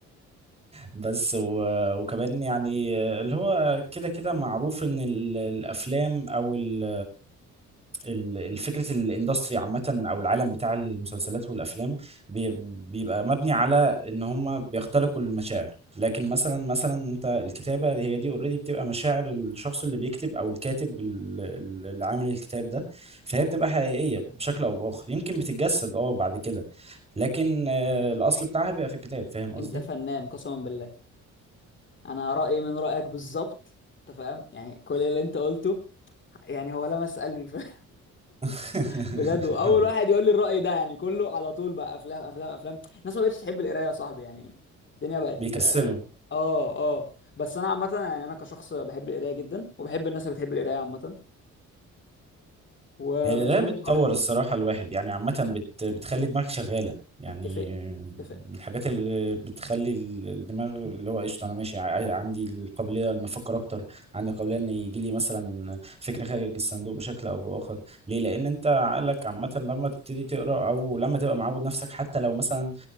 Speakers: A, on the right; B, on the left.
A: بس و- وكمان يعني آه، اللي هو كده كده معروف إن ال- الأفلام أو ال ال- الفكرة الاندستري عامة أو العالم بتاع المسلسلات والأفلام بي- بيبقى مبني على إن هما بيختلقوا المشاعر لكن مثلا مثلا أنت الكتابة هي دي اوريدي بتبقى مشاعر الشخص اللي بيكتب أو الكاتب ال- ال- اللي عامل الكتاب ده فهي بتبقى حقيقية بشكل أو بآخر يمكن بتتجسد أه بعد كده لكن آه، الأصل بتاعها بيبقى في الكتاب فاهم قصدي؟
B: انت فنان قسما بالله انا رايي من رايك بالظبط انت فاهم يعني كل اللي انت قلته يعني هو لمس قلبي ف... <laughs>
A: <laughs>
B: بجد واول
A: حبيبي
B: واحد يقول لي الراي ده يعني كله على طول بقى افلام افلام افلام الناس ما بقتش تحب القرايه يا صاحبي يعني الدنيا بقت
A: بيكسلوا
B: اه اه بس انا عامه يعني انا كشخص بحب القرايه جدا وبحب الناس اللي بتحب القرايه عامه وبالنسبه
A: هي القراية بتطور
B: لي الحوار جميل
A: الصراحة الواحد يعني عامة بت... بتخلي دماغك شغالة يعني
B: اتفق اتفق
A: من الحاجات اللي بتخلي ال- الدماغ اللي هو قشطة أنا ماشي ع- عندي القابلية إن أفكر أكتر عندي القابلية إن يجي لي مثلا فكرة خارج الصندوق بشكل أو بآخر ليه؟ لأن أنت عقلك عامة لما تبتدي تقرأ أو لما تبقى معود نفسك حتى لو مثلا